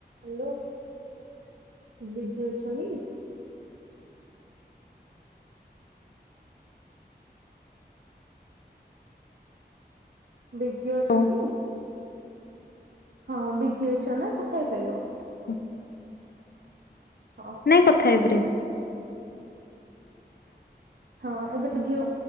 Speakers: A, on the right; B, on the left.
A: Hello busy ଅଛ କି? Busy ଅଛ
B: ଓ
A: କି? ହଁ ବିଜି ଅଛ ନା କଥା ହେଇପାରିବ।
B: <inaudible>
A: <unintelligible> <unintelligible>
B: ନାଇଁ କଥା ହେଇପାରିବି
A: ହଁ ଏବେ ତୁ ଝିଅ